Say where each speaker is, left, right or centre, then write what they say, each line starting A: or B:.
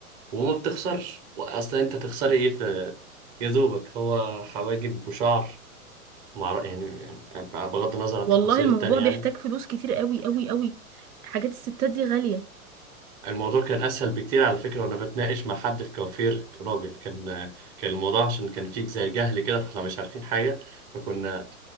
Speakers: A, on the right (about 20°); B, on the right (about 80°).
A: وما بتخسرش واصلا انت تخسري ايه في يا دوبك هو حواجب وشعر مع يعني بغض النظر عن التفاصيل
B: والله الموضوع
A: التانية
B: بيحتاج
A: يعني
B: فلوس كتير قوي قوي قوي حاجات الستات دي غاليه
A: الموضوع كان اسهل بكتير على فكره وانا بتناقش مع حد في كوافير راجل كان كان الموضوع عشان كان فيك زي جهل كده فاحنا مش عارفين حاجه فكنا